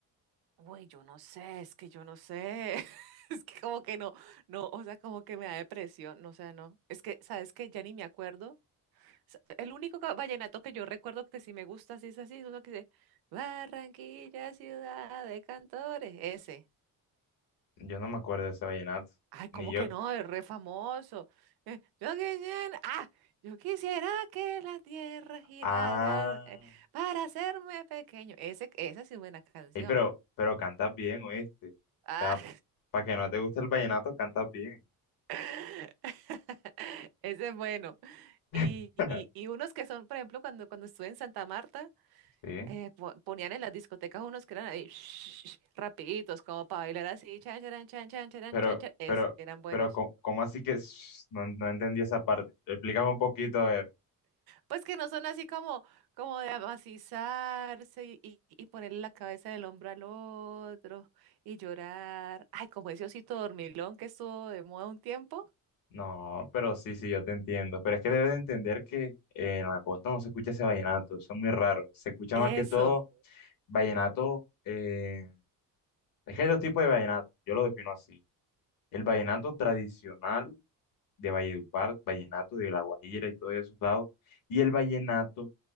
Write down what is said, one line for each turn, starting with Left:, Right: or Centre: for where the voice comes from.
Right: uy, yo no sé, es que yo no sé. <laughs> Es que como que no, no, o sea, como que me da depresión, no, o sea, no. Es que, ¿sabes qué? Ya ni me acuerdo. Sa- El único ca- vallenato que yo recuerdo que sí me gusta, sí es así, es uno que dice, Barranquilla, ciudad de cantores, ese.
Left: Yo no me acuerdo de ese vallenato,
Right: Ay, ¿cómo
Left: ni yo.
Right: que no? Es re famoso. Eh, yo quisiera, ah, yo quisiera que la tierra girara
Left: Ah.
Right: eh, para hacerme pequeño. Ese, esa sí es buena canción.
Left: Ey, pero, pero cantas bien, ¿oíste? O
Right: Ah,
Left: sea, para que no te guste el vallenato, cantas bien.
Right: <laughs> ese es bueno.
Left: <laughs>
Right: Y, y, y unos que son, por ejemplo, cuando, cuando estuve en Santa Marta,
Left: Sí.
Right: eh, po- ponían en las discotecas unos que eran ahí, <laughs> rapiditos, como para bailar así, chan, charan, chan, chan, charan,
Left: Pero,
Right: chan, chan. Es,
Left: pero,
Right: eran buenos.
Left: pero, co- ¿cómo, así que s- no, no entendí esa parte? Explícame un poquito, a ver.
Right: Pues que no son así como, como de amacizarse y, y- y ponerle la cabeza del hombro al otro y llorar. Ay, como ese osito dormilón que estuvo de moda un tiempo.
Left: No, pero sí, sí, yo te entiendo. Pero es que debes de entender que eh, en la costa no se escucha ese vallenato, eso es muy raro. Se escucha
Right: Eso,
Left: más que todo vallenato. eh, Es que hay dos tipos de vallenato, yo lo defino así. El vallenato tradicional de Valledupar, vallenato de La Guajira y todos esos lados, y el vallenato